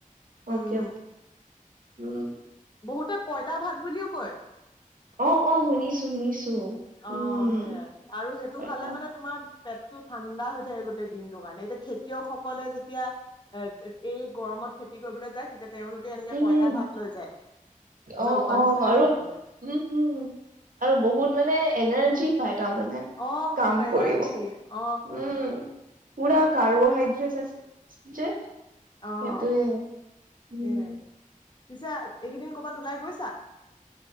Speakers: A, on the left; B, on the right.
A: উম
B: অকে অকে উম
A: বহুতে পইতা ভাত বুলিও কয়
B: অ অ শুনিছো শুনিছো
A: অ
B: উম
A: সেইয়াই আৰু সেইটো
B: পইতা
A: খালে মানে তোমাৰ পেটতো ঠাণ্ডা হৈ থাকে গোটেই দিনটো কাৰণে এতিয়া খেতিয়কসকলে যেতিয়া এ এই গৰমত খেতি কৰিবলৈ যায় তেতিয়া তেওঁলো কে এনেকে
B: উম
A: পইতা
B: হম
A: ভাত লৈ যায়
B: অ
A: জলপান
B: অ
A: হিচাপে
B: আৰু
A: খাবলে
B: উম হম উম আৰু বহুত মানে এনাৰ্জি পাই তাৰমানে
A: অ
B: কাম
A: এনাৰ্জি
B: কৰিব
A: অ
B: উম পুৰা কাৰ্বহাইড্ৰেট আছে যে সেইটোৱে
A: অ
B: উম
A: সেইয়াই পিছে এইকেইদিন কৰ'বাত ওলাই গৈছা